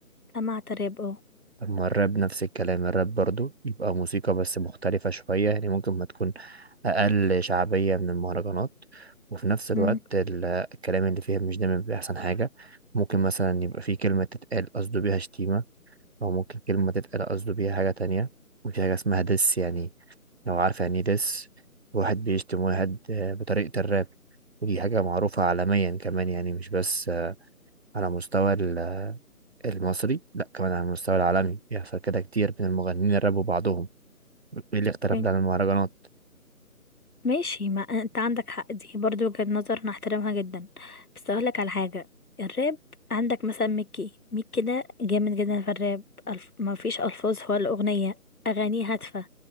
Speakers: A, on the left (about 70°); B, on the right (about 45°).
A: سمعت راب اه
B: طب ما الراب نفس الكلام الراب برضو يبقى موسيقى بس مختلفة شوية يعني ممكن ما تكون أقل شعبية من المهرجانات وفي نفس الوقت
A: مم.
B: ال- الكلام اللي فيها مش دايما بيبقى أحسن حاجة ممكن مثلا يبقى في كلمة تتقال قصده بيها شتيمة أو ممكن كلمة تتقال قصده بيها حاجة تانية وفي حاجة اسمها دس يعني لو عارفة يعني إيه دس واحد بيشتم واحد آه، بطريقة الراب ودي حاجة معروفة عالميا كمان يعني مش بس على مستوى ال- المصري لا كمان على المستوى العالمي بيحصل كده كتير من المغنيين الراب وبعضهم ايه الاختلاف
A: اوكي.
B: ده عن المهرجانات
A: ماشي ما انت عندك حق دي برضو وجهة نظر انا احترمها جدا بس اقول لك على حاجة الراب عندك مثلا ميكي ميكي ده جامد جدا في الراب ألف... ما فيش الفاظ ولا اغنية اغانيه هادفة